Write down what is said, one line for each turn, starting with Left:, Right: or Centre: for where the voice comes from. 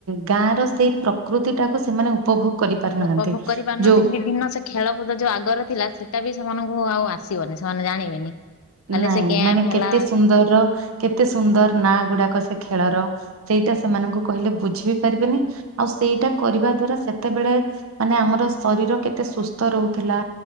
Right: ଗାଁ ର ସେଇ ପ୍ରକୃତି ଟାକୁ ସେମାନେ ଉ ପଭୋଗ କରିପାରୁନାହାନ୍ତି
Left: ଉପଭୋଗ କରି ପାରୁନାହାନ୍ତି
Right: ଯୋଉ
Left: କି ବିଭିନ୍ନ ସେ ଖେଳକୁଦ ଯୋଉ ଆଗର ଥିଲା ସେଟା ବି ସେମାନଙ୍କୁ ଆଉ ଆସିବନି ସେମାନେ ଜାଣିବେନି। ଖାଲି
Right: ନାଇଁ
Left: ସେ ଗେମ୍
Right: ମାନେ
Left: ହେଲା
Right: କେତେ ସୁନ୍ଦରର କେତେ ସୁନ୍ଦର ନାଁ ଗୁଡାକ ସେ ଖେଳର। ସେଇଟା ସେମାନଙ୍କୁ କହିଲେ ବୁଝି ବିି ପାରିବେନି ଆଉ ସେଇଟା କରିବା ଦ୍ଵାରା ସେତେବେଳେ ମାନେ ଆମର ଶରୀର କେତେ ସୁସ୍ଥ ରହୁଥିଲା।